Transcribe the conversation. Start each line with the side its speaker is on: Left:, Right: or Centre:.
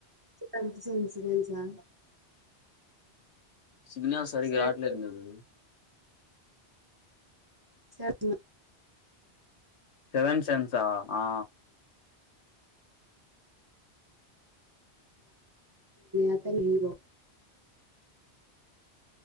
Right: సెవెంత్ సెన్స్ తెలుసా?
Left: సిగ్నల్ సరిగ్గా
Right: సెవెన్
Left: రావట్లేదు అండి అది
Right: స రి
Left: సెవెన్ సెన్సా ఆ
Right: అతను హీరో